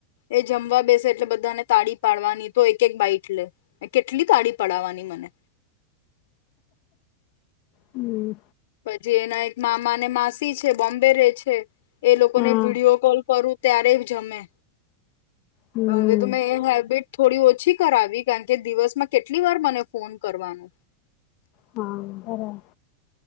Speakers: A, on the left; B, on the left.
A: એ જમવા બેસે એટલે બધાને તાળી પાડવાની, તો એક એક બાઈટ લે કેટલું કેટલી તાળી પડવાની, મને!
B: હમ.
A: પછી એના એક મામા અનેન માસી છે, બોમ્બે રે છે. એ લોકો
B: હા
A: ને વિડીયો કોલ કરું. ત્યારે જમે.
B: હમ
A: હવે તો મે એ હેબિટ. થોડી ઓછી કરાવી, કારણ કે દિવસમાં કેટલી વાર મને ફોન કરવાનો!
B: હા, બરાબર.